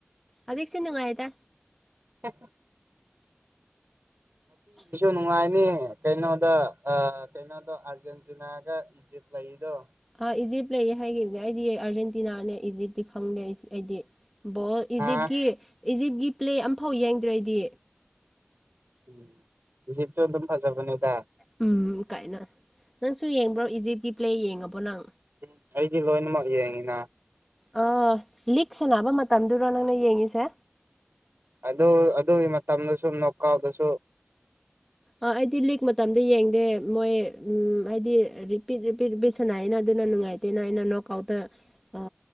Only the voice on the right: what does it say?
ꯍ ꯅꯨꯡꯉꯥꯏꯅꯤ ꯀꯩꯅꯣꯗ ꯀꯩꯅꯣꯗꯣ ꯑꯥꯔꯖꯦꯟꯇꯤꯅꯥꯒ ꯏꯖꯤꯞ ꯂꯩꯗꯣ
ꯑꯥ
ꯎꯝ ꯖꯤꯕꯁꯨ ꯑꯗꯨꯝ ꯐꯖꯥꯒ ꯅꯩꯗ
ꯎꯝ ꯑꯩꯗꯤꯂ ꯏꯅ ꯃꯥꯔ ꯌꯥꯏꯉꯅ
ꯑꯗꯨ ꯑꯗꯨꯒꯤ ꯃꯇꯝꯗ ꯁꯨꯝ ꯅꯣꯛꯀꯥꯎꯗꯁꯨ